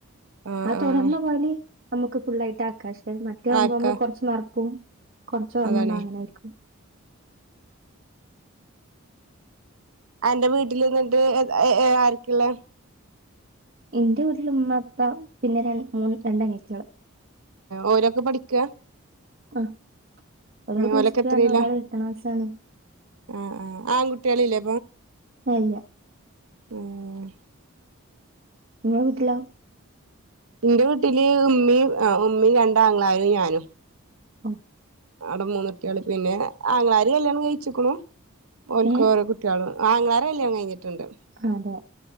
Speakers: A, on the right; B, on the right.
A: ആഹ്
B: അതൊടർന്ന്
A: ആഹ്
B: പോയല് നമുക്ക് ഫുള്ളായിട്ട് ആകാം അത മറ്റേ ആവുമ്പൊ
A: ആക്ക
B: നമ്മൾ കൊറച്ച്നറക്കും കൊറച്ച് ഓർമ്മണ്ടും
A: അതാണ്
B: അങ്ങനാരിക്കും
A: എന്റെ വീട്ടിലിന്നിട്ട് ആരുക്കെള്ളേ
B: ഇന്റെ വീട്ടിൽ ഉമ്മ അപ്പ പിന്നെ രണ്ട് മൂന്ന് രണ്ട് അനീത്തികള്
A: ഓരോക്കെ പഠിക്ക
B: ആഹ് ഒരാൾ പ്ലസ്
A: ഓലൊക്കെ
B: ടു
A: എത്രയില
B: ആണ് ഒരാൾ എട്ടക്ലാസാണ്
A: ആ ആ ആൺകുട്ടികളില്ലേ
B: അയില്ല
A: ഓഹ്
B: ഇങ്ങള വീട്ടിലൊ
A: ഇന്റെ വീട്ടില് ഉമ്മിയും ആഹ് ഉമ്മയും രണ്ടാങ്ങളാരും ഞാനും
B: ഉം
A: അവിടെ മൂന്നുട്ടികള് പിന്നെ ആങ്ങളാര് കല്യാണം കഴിച്ചക്ക്ണു ഓൽക്കോരോ
B: ഏ
A: കുട്ടിയോളു ആങ്ങളാരെ കല്യാണം കഴിഞ്ഞിട്ടിണ്ട്
B: അതെ